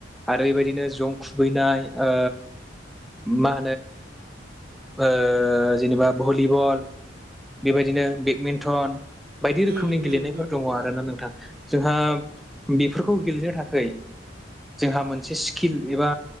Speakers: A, in the centre; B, on the right (about 45°).
A: आरो बेबायदिनो जं खुबैनाय ओ मा ओ जेनेबा भलिबल बेबायदिनो बेटमिन्टन बायदि
B: उम
A: रोखोमनि गेलेनायफोर
B: उम उम
A: दङ आरो। जानोना नोंथां जोंहा बेफोरखौ गेलेनो थाखै जोंहा मोनसे स्किल एबा